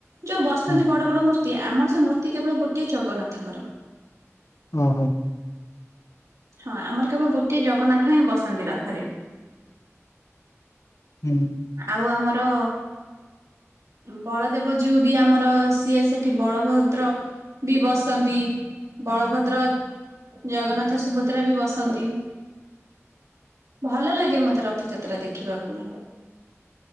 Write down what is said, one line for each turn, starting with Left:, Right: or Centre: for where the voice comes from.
Right: ଯୋଉ ବସନ୍ତି
Left: ହୁଁ
Right: ବଡ ବଡ ମୂର୍ତ୍ତି ଆମର ସେ ମୂର୍ତ୍ତି କେବଳ ଗୋଟଏ ଜଗନ୍ନାଥଙ୍କର।
Left: ଓହୋ
Right: ହଁ ଆମର କେବଳ ଗୋଟଏ ଜଗନ୍ନାଥ ହିଁ ବସନ୍ତି ରଥରେ।
Left: ହୁଁ
Right: ଆଉ ଆମର ବଳଦେବଜୁଉ ବି ଆମର ସିଏ ସେଠି ବଳଭଦ୍ର ବି ବସନ୍ତି ବଳଭଦ୍ର, ଜଗନ୍ନାଥ, ସୁଭ ଭଦ୍ରା ବି ବସନ୍ତି। ଭଲ ଲାଗେ ମତେ ରଥଯାତ୍ରା ଦେଖିବାକୁ।